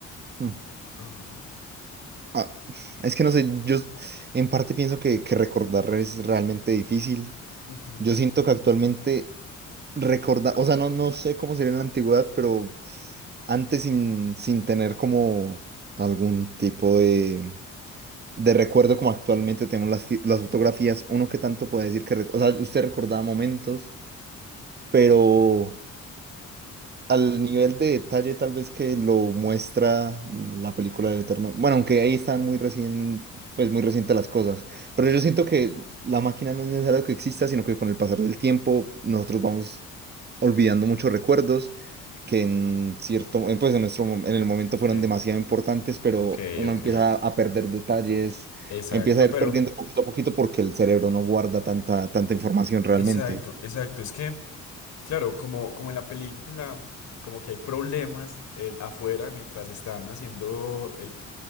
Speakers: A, on the right; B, on the left.
A: Mm,
B: Ajá.
A: ah, es que no sé, yo en parte pienso que, que recordar es realmente difícil.
B: ujú,
A: Yo siento que actualmente recordar, o sea, no, no sé cómo sería en la antigüedad, pero antes sin, sin tener como algún tipo de, de recuerdo como actualmente tenemos las, fi- las fotografías, uno que tanto puede decir que, rec- o sea, usted recordaba momentos, pero... al nivel de detalle tal vez que lo muestra la película del Eterno. Bueno, aunque ahí están muy recién, pues muy recientes las cosas. Pero
B: Ajá.
A: yo siento que la máquina no es necesario que exista, sino que con el pasar del tiempo nosotros vamos olvidando muchos recuerdos que en cierto, en, pues en nuestro, mom- en
B: Ya,
A: el momento
B: ok,
A: fueron demasiado importantes, pero
B: ok,
A: uno
B: ok.
A: empieza a perder detalles,
B: Exacto,
A: empieza a ir
B: pero...
A: perdiendo poquito a poquito porque el cerebro no guarda tanta, tanta información realmente.
B: Exacto, exacto. Es que, claro, como, como en la película, como que hay problemas en, afuera mientras están haciendo el